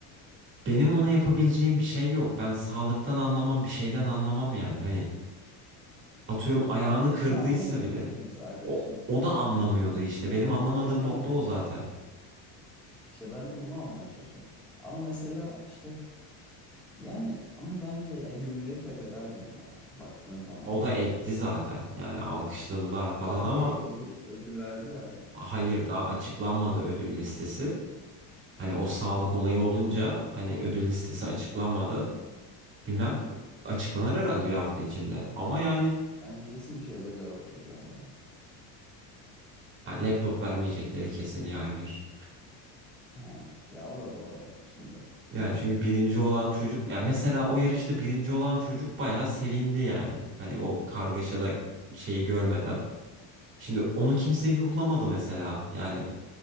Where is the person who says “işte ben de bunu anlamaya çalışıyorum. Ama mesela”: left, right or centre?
Centre